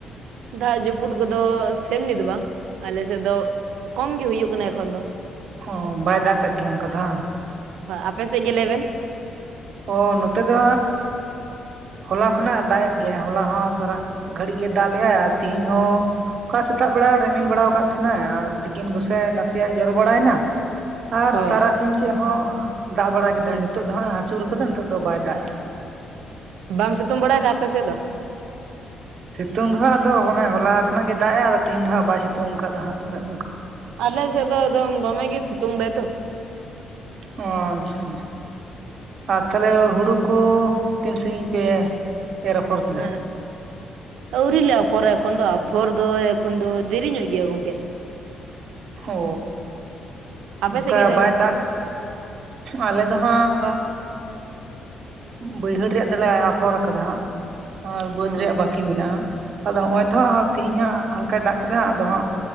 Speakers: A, on the right (about 80°); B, on the right (about 60°).
A: ᱫᱟᱜ ᱡᱟᱹᱯᱩᱫ ᱠᱚᱫᱚ ᱥᱮᱢᱱᱤ ᱫᱚ ᱵᱟᱝ ᱟᱞᱮᱥᱮᱫ ᱫᱚ ᱠᱚᱢ ᱜᱮ ᱦᱩᱭᱩᱜ ᱠᱟᱱᱟ ᱮᱠᱷᱚᱱ ᱫᱚ
B: ᱚ ᱵᱟᱭ ᱫᱟᱜ ᱠᱮᱫ ᱜᱮᱭᱟ ᱚᱱᱠᱟ ᱫᱚ
A: ᱟᱯᱮ ᱥᱮᱫ ᱜᱮ ᱞᱟᱹᱭ ᱵᱤᱱ
B: ᱚ ᱱᱚᱛᱮ ᱫᱚ ᱦᱚᱞᱟ ᱠᱷᱚᱱᱟᱜ ᱫᱟᱜ ᱜᱮᱭᱟ ᱦᱚᱞᱟ ᱦᱚᱸ ᱥᱟᱨᱟ ᱜᱷᱟᱹᱲᱤᱡ ᱜᱮ ᱮ ᱫᱟᱜ ᱞᱮᱫᱟᱭ ᱟᱨ ᱛᱮᱦᱮᱧ ᱦᱚᱸ ᱚᱠᱟ ᱥᱮᱛᱟᱜ ᱵᱮᱲᱟ ᱨᱤᱢᱤᱞ ᱵᱟᱲᱟ ᱟᱠᱟᱫ ᱛᱟᱦᱮᱱᱟᱭ ᱟᱨ ᱛᱤᱠᱤᱱ ᱠᱚᱥᱮ ᱱᱟᱥᱮᱱᱟᱜ ᱡᱚᱨᱚ ᱵᱟᱲᱟᱭᱮᱱᱟ ᱟᱨ
A: ᱦᱳᱭ
B: ᱛᱟᱨᱟᱥᱤᱧ ᱥᱮᱫ ᱦᱚᱸ ᱫᱟᱜ ᱵᱟᱲᱟ ᱠᱮᱫᱟᱭ
A: ᱦᱳᱭ
B: ᱱᱤᱛᱚᱜ ᱫᱚ ᱦᱜ ᱦᱟᱹᱥᱩᱨ ᱠᱟᱜ ᱟᱭ ᱱᱤᱛᱚᱜ ᱫᱚ ᱵᱟᱭ ᱫᱟᱜ ᱮᱼᱟ ᱦᱟᱜ
A: ᱵᱟᱝ ᱥᱤᱛᱩᱝ ᱵᱟᱲᱟᱭᱮᱫᱟ ᱟᱯᱮ ᱥᱮᱫ ᱫᱚ
B: ᱥᱤᱛᱩᱝ ᱫᱚ ᱦᱟᱸᱜ ᱟᱫᱚ ᱚᱱᱮ ᱦᱚᱞᱟ ᱠᱷᱚᱱᱟᱜ ᱜᱮ ᱫᱟᱜ ᱮᱼᱟ ᱟᱫᱚ ᱛᱮᱦᱮᱧ ᱫᱚ ᱦᱟᱸᱜ ᱵᱟᱭ ᱥᱤᱛᱩᱝ ᱟᱠᱟᱫᱟ ᱦᱟᱸᱜ ᱩᱱᱟᱹᱜ
A: ᱟᱞᱮ ᱥᱮᱫᱚ ᱫᱚᱢᱮ ᱜᱮ ᱥᱤᱛᱩᱢ ᱫᱟᱭ ᱛᱚ
B: ᱚ ᱟᱪᱪᱷᱟ ᱟᱨ ᱛᱟᱦᱚᱞᱮ ᱦᱩᱲᱩ ᱠᱚ ᱛᱤᱱ ᱥᱟᱺᱜᱤᱧ ᱯᱮ ᱮᱨ ᱟᱯᱷᱚᱨ ᱠᱮᱫᱟ
A: ᱦᱮᱸ ᱟᱹᱣᱨᱤ ᱞᱮ ᱟᱯᱷᱚᱨᱟ ᱮᱠᱷᱚᱱ ᱫᱚ ᱟᱯᱷᱳᱨ ᱫᱚ ᱮᱠᱷᱚᱱ ᱫᱚ ᱫᱮᱨᱤ ᱧᱚᱜ ᱜᱮᱭᱟ ᱜᱚᱢᱠᱮ
B: ᱚ
A: ᱟᱯᱮ
B: ᱚᱱᱠᱟ
A: ᱥᱮᱫ ᱜᱮ ᱞᱟᱹᱭ
B: ᱵᱟᱭ
A: ᱵᱮᱱ
B: ᱫᱟᱜ ᱟᱞᱮ ᱫᱚ ᱦᱟᱸᱜ ᱚᱱᱠᱟ ᱵᱟᱹᱭᱦᱟᱹᱲ ᱨᱮᱭᱟᱜ ᱫᱚᱞᱮ ᱟᱯᱷᱚᱨ ᱟᱠᱟᱫᱟ ᱦᱟᱸᱜ ᱟᱨ ᱵᱟᱹᱫ
A: ᱚ
B: ᱨᱮᱭᱟᱜ ᱵᱟᱹᱠᱤ ᱢᱮᱱᱟᱜᱼᱟ ᱟᱫᱚ ᱱᱚᱜ-ᱚᱭ ᱛᱟᱸ ᱛᱮᱦᱤᱧ ᱦᱟᱸᱜ ᱦᱟᱞᱠᱟᱭ ᱫᱟᱜ ᱠᱮᱫᱟ ᱟᱫᱚ ᱦᱟᱸᱜ